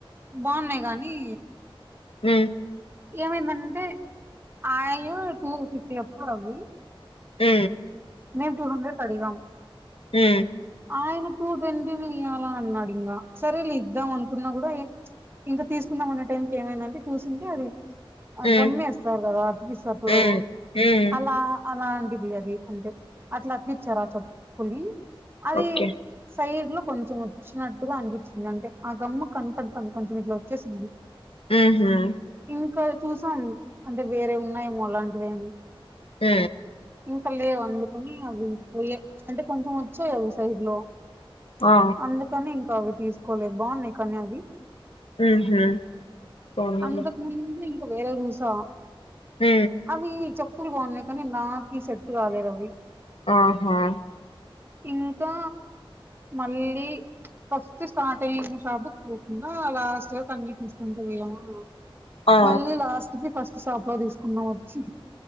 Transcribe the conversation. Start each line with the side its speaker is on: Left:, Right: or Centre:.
Right: బాన్నాయ్ కానీ
Left: ఉ
Right: ఏమైందంటే ఆయం టూ ఫిఫ్టీ చెప్పారు అవి
Left: ఉ
Right: మేము టూ హండ్రెడ్ అడిగాం
Left: హ
Right: ఆయన టూ ట్వంటీని ఇయ్యాలా అన్నాడు ఇంకా సరే ఇద్దాం అనుకున్నా కూడా ఇంకా తీసుకుందాం అనే టైంకి ఏమైందంటే చూసింటే అది ఆ
Left: ఉమ్
Right: గమ్మేస్తారు కదా అతికిస్తప్పుడు
Left: ఉమ్ ఉమ్
Right: అలా అలాంటిది అది అంటే అట్ల అతికించారు ఆ చెప్పుల్ని అది
Left: ఓకే
Right: సైడ్ లో కొంచెం వచ్చినట్టుగా అనిపించింది అంటే ఆ గమ్ము కనపడుతుంది కొంచెం ఇట్లా వచ్చేసింది
Left: ఆహా
Right: ఇంకా చూసాం అంటే వేరే ఉన్నాయేమోలాంటివి
Left: ఉ
Right: ఇంకా లేవు అందుకని అవి ఇంక పోయ అంటే కొంచెం వచ్చాయి అవి సైడ్ లో
Left: ఆ
Right: అందుకని ఇంకా అవి తీసుకోలే బాగున్నాయి కానీ అవి
Left: ఆహా పోనీలే
Right: అంతకు ముందు ఇంకా వేరేవి చూసా
Left: హ
Right: అవి చెప్పులు బాగున్నాయి కానీ నాకి సెట్ కాలేదు అవి
Left: ఆహా
Right: ఇంకా మళ్ళీ ఫస్ట్ స్టార్ట్ అయింది షాపుకి పోకుండా లాస్ట్ వరకు అన్నీ చూసుకుంటూ పోయామా
Left: ఆ!
Right: మళ్ళీ లాస్ట్ కి ఫస్ట్ షాప్ లో తీసుకున్నాం వచ్చి